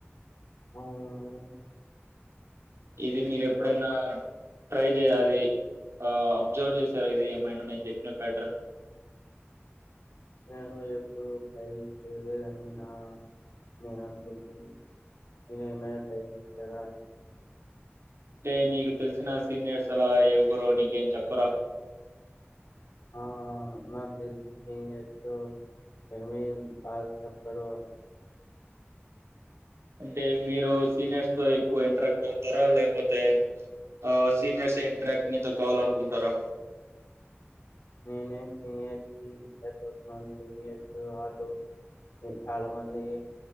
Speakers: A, on the left; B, on the right.
A: అవును
B: ఇది
A: ఎత్తు
B: మీరేపుడైనా
A: జాబ్
B: ట్రై తే అది ఆ అబ్జర్వ్ జేశారా ఇది ఏమైనా నేను చెప్పిన ప్యాట్రాన్
A: నేను ఎప్పుడు టై చేయలేదని నా నేను అనుకుంటున్నా నేనమైన టై చేయారా అని
B: అంటే నీకు తెలిసిన సీనియర్స్ అలా ఎవరు నీకేం చెప్పరా
A: హా నాకు తెల్సి సీనియర్స్ ఏమి డాట్స్ చెప్పరు
B: అంటే మీరు సీనియర్స్ తో ఎక్కువ ఇంటరాక్ట్ అవుతారా లేకపోతే, ఆ సీనియర్స్ ఏ ఇంటరాక్ట్ మీతో కావాలనుకుంటారా?
A: నేనే సీనియర్స్కి <unintelligible> సీనియర్స్ వాళ్ళు చాలా మంది